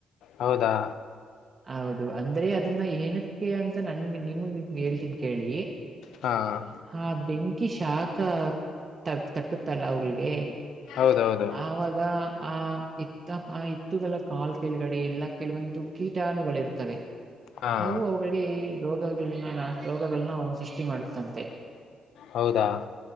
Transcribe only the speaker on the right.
ಹೌದು ಅಂದ್ರೆ ಅದನ್ನ ಏನಕ್ಕೆ ಅಂತ ನನ್ಗೆ ನಿಮಗೆ ಹೇಳ್ತನ್ ಕೇಳಿ
ಹಾ ಬೆಂ ಹಿ ಶಾಖ ತ ತಟ್ಟುತ್ತಲ್ಲ ಅವವುಿಗೆ
ಆವಾಗ ಆ ಇತ್ತ ಆ ಹಿತ್ತುಗಳ ಕಾಲ್ ಕೆಲುಗಡೆ ಎಲ್ಲ ಕೆಲವೊಂದು ಕೀಟಾಣುಗಳ ಇರ್ತವೆ
ಅವು ಅವುಗಳಿಗೆ ರೋಗಗಳನ್ನ ನ ರೋಗಗಳನ್ನ ಸೃಷ್ಟಿ ಮಾಡುತ್ತಂತೆ